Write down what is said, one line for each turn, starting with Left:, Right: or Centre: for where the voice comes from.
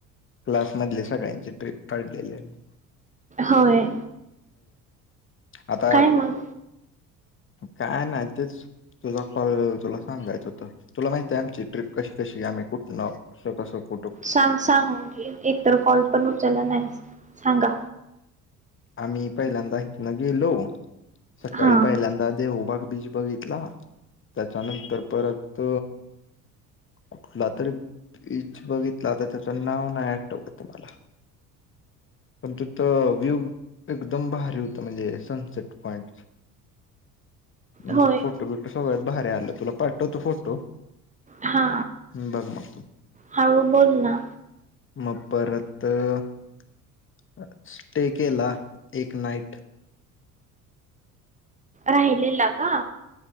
Left: क्लास मधले सगळ्यांची ट्रिप काढलेली आम्ही
Right: होय.
Left: आता
Right: काय मग
Left: काय नाय तेच तुझा कॉल तुला सांगायचं होत तुला माहितीय आमची ट्रीप कशी तशी आम्ही कुठण <unintelligible>
Right: सांग सांग एक तर कॉल पण उचलला नाहीस सांगा
Left: आम्ही पहिल्यांदा हितनं गेलो सकाळी
Right: हा
Left: पाहिल्यांद्दा देव बाग बीच बघितला त्याच्यानंतर परत कुठला तरी बीच बघितला आता त्याच नाव नाही आठवत मला पण तिथ व्ह्यूव एकदम भारी होत म्हणजे सनसेट पॉइंट म्हणजे
Right: होय
Left: फोटो बिटो सगळ भारी आल तुला पाठवतो फोटो
Right: हा
Left: बघ मग तू
Right: हाळू बोल ना
Left: मग परत अ स्टे केला. एक नाईट
Right: राहिलेला का?